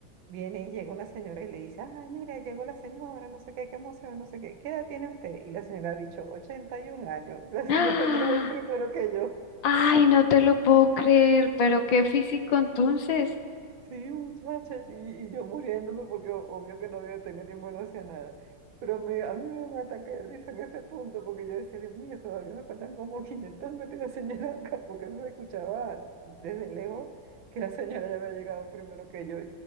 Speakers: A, on the right; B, on the left.
A: Viene y llega una señora y le dice, ay, mira, llegó la señora, no sé qué, qué emoción, no sé qué, ¿qué edad tiene usted? Y la señora ha dicho, 81 años. <laughs> La
B: ¡Ah!
A: señora llegó primero que yo.
B: Ay, no te lo puedo creer, pero qué físico entonces.
A: Sí, muchachas, y, y yo muriéndome porque o- obvio que no había tenido ninguna hacia nada. Pero me- a mí me dio un ataque de risa en ese punto porque yo decía, Dios mío, todavía me faltan como 500 metros de señora acá, porque eso se escuchaba desde lejos que la señora ya había llegado primero que yo.